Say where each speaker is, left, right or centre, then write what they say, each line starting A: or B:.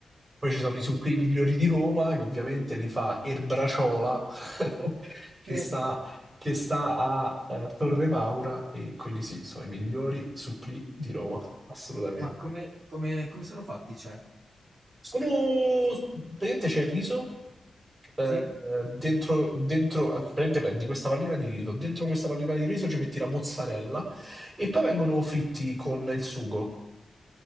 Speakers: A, on the right; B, on the right.
A: Poi ci sono i supplì migliori di Roma, che ovviamente li fa Erbraciola, <laughs> che
B: <laughs>
A: sta, che sta a eh, Torre Maura, e quelli sì, sono i migliori supplì di Roma, assolutamente.
B: Ma come, come- come sono fatti, cioè?
A: Sono... Praticamente c'è il riso, eh,
B: Sì?
A: dentro, dentro, eh, praticamente prendi questa pallina di riso, dentro questa pallina di riso ci metti la mozzarella e poi vengono fritti con il sugo.